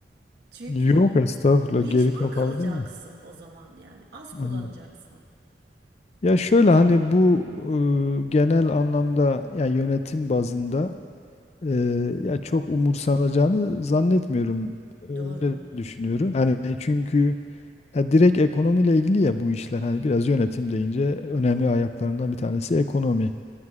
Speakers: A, on the right (about 65°); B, on the left (about 40°).
A: çünkü
B: yok estağfurullah
A: Mecbur
B: geri kapalı
A: kalacaksın
B: değil mi?
A: o zaman yani. Az kullanacaksın.
B: Aynen. Ya şöyle hani bu e, genel anlamda ya yönetim bazında e, ya çok umursanacağını zannetmiyorum. Öyle
A: Doğru.
B: düşünüyorum. Yani çünkü ya direkt ekonomiyle ilgili ya bu işler hani biraz yönetim deyince önemli ayaklarından bir tanesi ekonomi.